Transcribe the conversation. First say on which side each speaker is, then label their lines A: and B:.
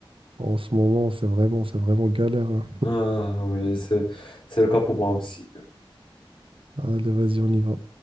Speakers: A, on the right; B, on the left.
A: En ce moment, c'est vraiment, c'est vraiment galère. hein.
B: Ah oui, c'est c'est le cas pour moi aussi.
A: Allez, vas-y, on y va.